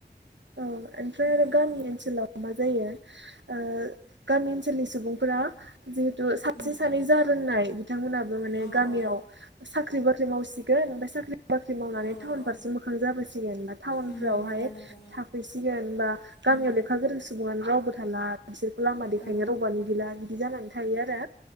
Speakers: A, on the right (about 85°); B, on the left (about 70°).
A: औ ओमफ्राय
B: उम
A: आरो गामि ओनसोलाव मा जायो ओ गामि ओनसोलनि सुबुंफोरा जिहेतु सासे
B: उम
A: सानै जा रोंनाय बिथांमोनाबो माने
B: अ
A: गामियाव
B: अ
A: सा <unintelligible> बाख्रि मावसिगोन ओमफाय साख्रि बाख्रि मावनानै
B: औ
A: टाउन
B: औ
A: फारसे मोखां जाबोसिगोन टाउन
B: उम
A: फोरावहाय
B: नंगौ नंगौ
A: थाफैसिगोनबा गामियाव
B: उम
A: लेखा गोरों सुबङानो रावबो थाला बिसोरखौ लामा देखायनो
B: औ
A: रावबोआनो गैला बिदि जानानै थायो आरो